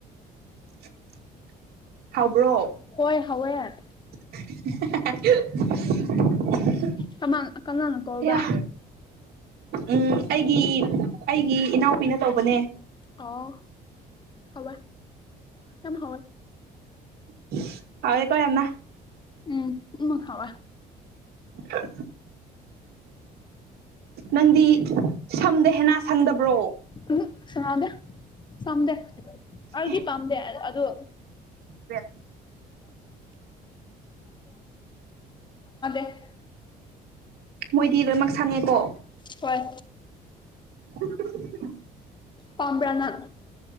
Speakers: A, on the right; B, on the left.
A: <unintelligible> ꯍꯥꯎꯕ꯭ꯔꯣ
B: ꯍꯣꯏ ꯍꯥꯎꯑ
A: <unintelligible>
B: ꯀꯃꯥꯟ ꯀꯅꯥꯅ ꯇꯧꯕ꯭ꯔꯥ
A: ꯑꯌꯥ ꯎꯝ ꯑꯩꯒꯤ ꯑꯩꯒꯤ ꯏꯅꯥꯎꯄꯤꯅ ꯇꯧꯕꯅꯦ
B: ꯑꯣ ꯍꯥꯎꯕꯔꯥ ꯌꯥꯝ ꯍꯥꯎꯑ
A: <unintelligible>
B: ꯎꯝ ꯎꯝ ꯍꯥꯎꯏ
A: <unintelligible> ꯅꯪꯗꯤ ꯁꯝꯗ ꯍꯦꯟꯅ ꯁꯪꯗꯕ꯭ꯔꯣ
B: ꯎꯝ ꯁꯥꯅꯗꯦ ꯁꯝꯗꯦ ꯑꯩꯗꯤ
A: ꯑꯦ
B: ꯄꯥꯝꯗꯦ ꯑꯗꯨ
A: ꯔꯦꯠ
B: <unintelligible>
A: ꯃꯣꯏꯗꯤ ꯂꯣꯏꯅꯃꯛ ꯁꯪꯉꯦꯀꯣ
B: ꯍꯣꯏ
A: <unintelligible>
B: ꯄꯝꯕꯔꯥ ꯅꯪ